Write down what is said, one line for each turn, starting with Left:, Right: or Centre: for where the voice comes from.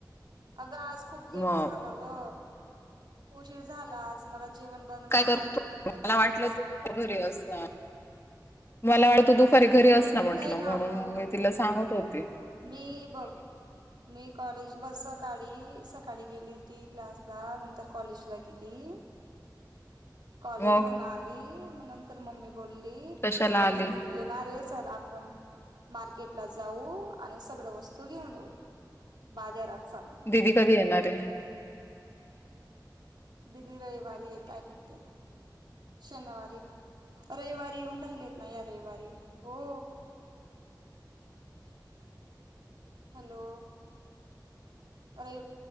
Right: अगं आज खूप लेट
Left: मग
Right: झालं ग उशीर झाला आज मला जेवण बनवायला
Left: काय करू
Right: जेवण करायला.
Left: मला वाटलं तू दुपारी घरी असणार मला वाटले तर दुपारी घरी अस ना म्हटलं
Right: नाही
Left: म्हणून
Right: गं,
Left: मी तिला सांगत होत
Right: मी बघ मी कॉलेज बस सकाळी सकाळी गेली क्लासला नंतर कॉलेजला गेली ती कॉलेज
Left: मग
Right: होऊन आली ग नंतर मम्मी.. बोलली
Left: कशाला
Right: क
Left: आली
Right: दीदी येणार रे. चल आपण मार्केट ला जाऊ.. आणि सगळ वस्तू घेऊन येऊ बाजारात.. चल.
Left: दिदी कधी येणार. ते
Right: दिदी रविवारी येत आहेत ते शनिवारी रविवारी येऊन राहिलेत ना या रविवारी हो हॅलो अरे